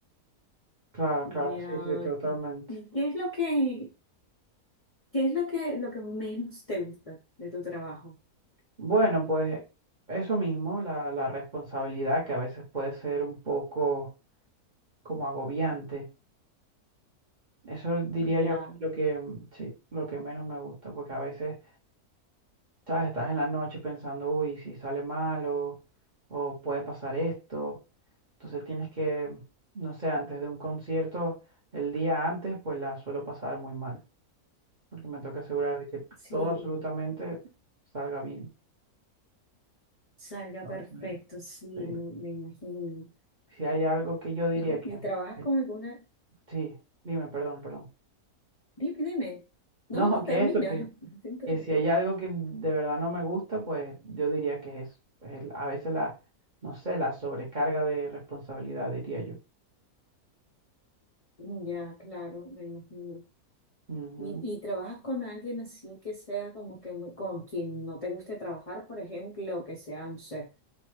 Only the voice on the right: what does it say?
claro,
claro, sí, sí, totalmente.
Bueno, pues eso mismo, la, la responsabilidad que a veces puede ser un poco como agobiante. Eso diría
yo que es lo que, mm, sí, lo que menos me gusta, porque a veces ¿Sabes? Estás en la noche pensando, uy, si sale mal o, o puede pasar esto. Entonces tienes que, no sé, antes de un concierto, el día antes, pues la suelo pasar muy mal, porque me tengo que asegurar de que
todo absolutamente salga bien.
Entonces,
sí,
si hay algo que yo diría
que,
que-
sí, dime, perdón, perdón. <laughs>
No,
que
eso, que,
que si hay algo que de verdad no me gusta, pues yo diría que es eso. El- a veces la, no sé, la sobrecarga de responsabilidad, diría yo.
Ujú.